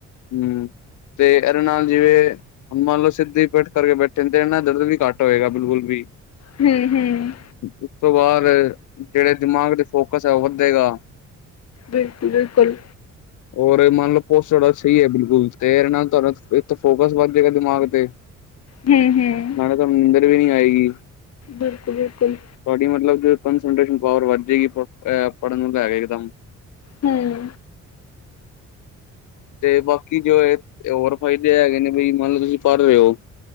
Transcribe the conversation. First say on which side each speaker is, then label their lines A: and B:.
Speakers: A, on the left; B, on the left.
A: ਹਮ ਤੇ ਇਹ ਦੇ ਨਾਲ ਜਿਵੇਂ ਹੁਣ ਮੰਨ ਲਓ ਸਿੱਧੀ ਪਿੱਠ ਕਰਕੇ ਬੈਠੇ ਨ ਤੇ ਨਾਲ ਦਰਦ ਵੀ ਘੱਟ ਹੋਏਗਾ ਬਿਲਕੁਲ ਵੀ
B: ਹਮ-ਹਮ
A: ਉਸ ਤੋਂ ਬਾਦ ਜਿਹੜੇ ਦਿਮਾਗ ਤੇ ਫੋਕਸ ਹੈ ਉਹ ਵੱਧੇਗਾ
B: ਬਿਲਕੁਲ-ਬਿਲਕੁਲ
A: ਹੋਰ ਇਹ ਮਨ ਲੋ ਪੋਸੜਚ ਸਹੀ ਹੈ ਬਿਲਕੁਲ ਤੇ ਇਰਦੇ ਨਾਲ ਤੁਹਾਡਾ ਫੋਕਸ ਵੱਧ ਜਾਏਗਾ ਦਿਮਾਗ ਤੇ
B: ਹਮ-ਹਮ
A: ਤਮ ਨਿੰਦੱਰ ਵੀ ਨਹੀਂ ਆਏਗੀ
B: ਬਿਲਕੁਲ-ਬਿਲਕੁਲ
A: ਤੁਹਾਡੀ ਮਤਲਬ ਕਸਂਟ੍ਰੇਸ਼ਨ ਪਾਵਰ ਵੱਧ ਜਾਏਗੀ ਪ ਏ ਪੜ੍ਹਨ ਨੂੰ ਲੈਕੇ ਏਕਦਮ
B: ਹਮ
A: ਤੇ ਬਾਕੀ ਜੋ ਇਹ ਹੋਰ ਫਾਇਦੇ ਹੈਗੇ ਨੇ ਬਈ ਮੰਨ ਲਓ ਤੁਸੀਂ ਪੜ੍ਹ ਰਹੇ ਹੋ